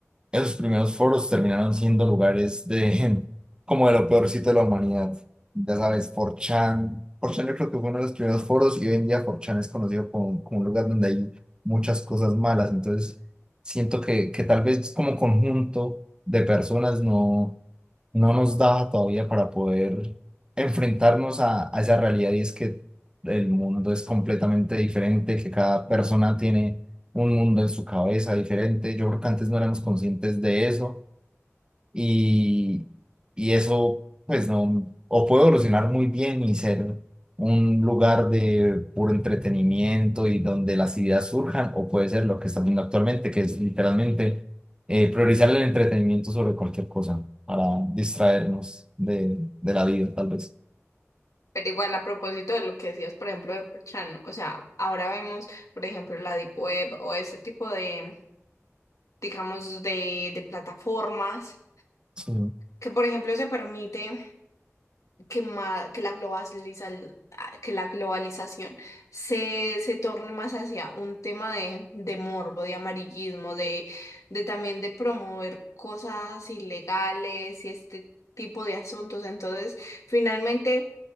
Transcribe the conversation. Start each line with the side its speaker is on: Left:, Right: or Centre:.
Right: esos primeros foros terminaron siendo lugares de <laughs> como de lo peorcito de la humanidad. Ya sabes, 4chan. 4chan yo creo que fue uno de los primeros foros y hoy en día 4chan es conocido como, como un lugar donde hay muchas cosas malas. Entonces, siento que, que tal vez como conjunto de personas no no nos da todavía para poder enfrentarnos a, a esa realidad y es que el mundo es completamente diferente, que cada persona tiene un mundo en su cabeza diferente. Yo creo que antes no éramos conscientes de eso y, y eso, pues no, o puede evolucionar muy bien y ser un lugar de puro entretenimiento y donde las ideas surjan, o puede ser lo que está viendo actualmente, que es literalmente eh, priorizar el entretenimiento sobre cualquier cosa para distraernos de, de la vida, tal vez.
Left: Pero igual a propósito de lo que decías, por ejemplo, de 4chan, ¿no? o sea, ahora vemos, por ejemplo, la Deep Web o ese tipo de, digamos, de, de plataformas
Right: Sí.
Left: que, por ejemplo, se permite que, ma- que, la globaliza- ah, que la globalización se, se torne más hacia un tema de, de morbo, de amarillismo, de, de también de promover cosas ilegales y este tipo de asuntos. Entonces, finalmente...